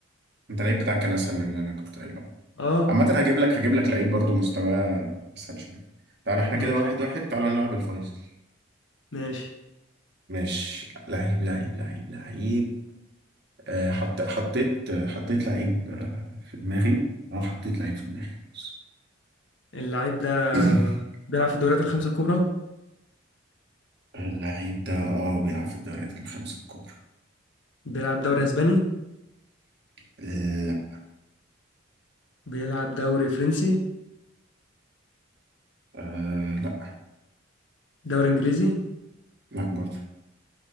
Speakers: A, on the right (about 55°); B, on the left (about 65°).
A: انت اللعيب بتاعك كان اسهل من اللي انا كنت قايله
B: اه
A: عامه هجيب لك هجيب لك لعيب برضو مستواه اسهل شويه تعالى احنا
B: ماشي
A: كده واحد واحد تعالى نلعب الفيصل
B: ماشي
A: ماشي لعيب لعيب لعيب لعيب آه، حط حطيت حطيت لعيب آه، في دماغي اه حطيت لعيب في دماغي خلاص
B: اللعيب ده
A: <clears throat>
B: بيلعب في الدوريات الخمسة الكبرى
A: اللعيب ده اه بيلعب في الدوريات الخمسة الكبرى
B: بيلعب دوري اسباني
A: لا
B: بيلعب دوري فرنسي
A: آه لا
B: دوري انجليزي
A: لا برضه